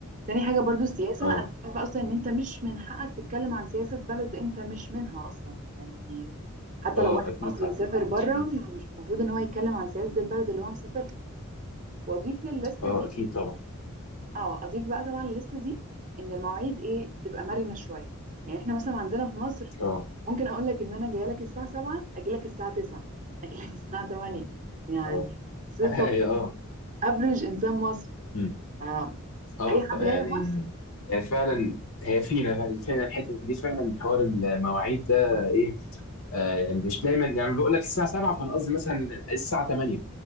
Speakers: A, on the right (about 35°); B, on the left (about 70°).
A: تاني حاجة برضو السياسة
B: اه
A: انا شايفة اصلا ان انت مش من حقك تتكلم عن سياسة بلد انت مش منها اصلا يعني حتى
B: اه
A: لو واحد
B: اكيد
A: مصري
B: طبعا
A: مسافر بره
B: اكيد
A: مش المفروض ان هو يتكلم عن سياسة البلد اللي هو مسافرها واضيف للليست
B: اه
A: دي
B: اكيد طبعا
A: اه اضيف بقى طبعا الليسته دي ان المواعيد ايه تبقى مرنه شويه يعني احنا مثلا عندنا في مصر
B: اه
A: ممكن اقول لك ان انا جايه لك الساعه 7 اجي لك الساعه 9 اجي لك الساعه 8 يعني
B: اه
A: صفه
B: <laughs> اه
A: افريج انسان مصري
B: مم.
A: آه.
B: اه
A: اي
B: يعني
A: حد جاي مصر
B: يعني فعلا هي فينا فينا الحته دي فعلا حوار المواعيد ده ايه آه مش دايما يعني بقول لك الساعه 7 فانا قصدي مثلا الساعه 8